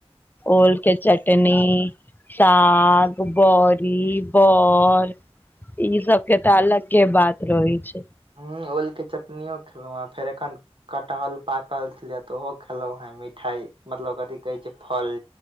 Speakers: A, on the left (about 20°); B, on the right (about 55°).
A: ओल के चटनी साग बरीी बर ई सब के तऽ अलगे बात रहै छै।
B: हू ओलके चटनो खेलहुँ हऽ फेर एखन कटहल पाकल छलै तऽ ओहो खेलहुं हेँ मिठाई मतलब कथिी कहै छै फल